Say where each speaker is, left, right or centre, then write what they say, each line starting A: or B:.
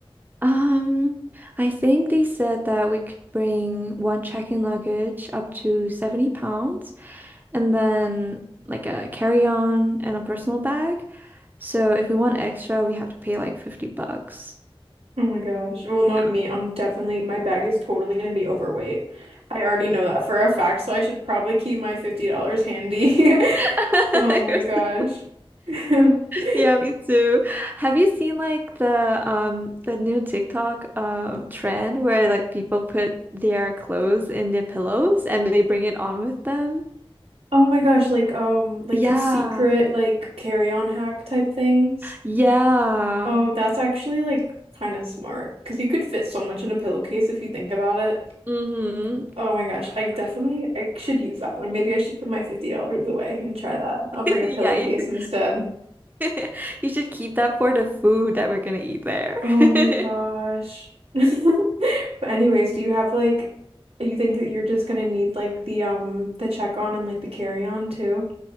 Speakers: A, on the right (about 20°); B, on the right (about 80°).
A: Um, I think they said that we could bring one check-in luggage up to 70 pounds and then like a carry-on and a personal bag. So if we want extra, we have to pay like 50 bucks.
B: Oh my gosh. Well, knowing
A: Yeah.
B: me, I'm definitely, my bag is totally going to be overweight. I already know that for a fact, so I should probably keep my $50 handy.
A: <laughs>
B: <laughs> Oh my gosh.
A: <laughs>
B: <laughs>
A: Yeah, me too. Have you seen like the um the new TikTok um trend where like people put their clothes in their pillows and they bring it on with them?
B: Oh my gosh, like um like
A: Yeah.
B: secret like carry-on hack type things.
A: Yeah.
B: Oh, that's actually like kind of smart because you could fit so much in a pillowcase if you think about it.
A: Mm-hmm.
B: Oh my gosh, I definitely I should use that one. Maybe I should put my $50 away and try that. I'll
A: <laughs>
B: bring a
A: Yeah,
B: pillowcase
A: you should
B: instead.
A: <laughs> you should keep that for the food that we're gonna eat there.
B: Oh
A: <laughs>
B: my gosh. <laughs> But anyways, do you have like you think that you're just gonna need like the um the check on and like the carry on too?